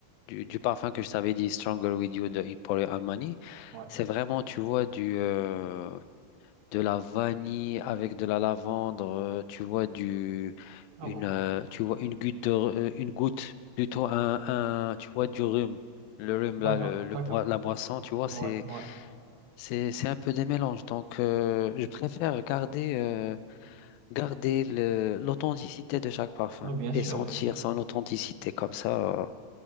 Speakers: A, on the left (about 85°); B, on the right (about 80°).
A: du, du parfum que je t'avais dit, Stronger With You de Emporio Armani,
B: ouais.
A: c'est vraiment, tu vois, du, euh, de la vanille avec de la lavande, euh, tu vois, du,
B: Ah
A: une,
B: bon.
A: euh, tu vois, une goutte de, euh, une goutte, plutôt un, un, tu vois, du rhum. Le rhum,
B: D'accord,
A: là, le, le
B: d'accord.
A: boi- la boisson, tu vois, c'est...
B: Ouais ouais.
A: C'est, c'est un peu des mélanges. Donc, euh, je préfère garder, euh, garder le- l'authenticité de chaque parfum
B: Oui, bien
A: et
B: sûr,
A: sentir
B: bien sûr.
A: son authenticité. Comme ça, euh,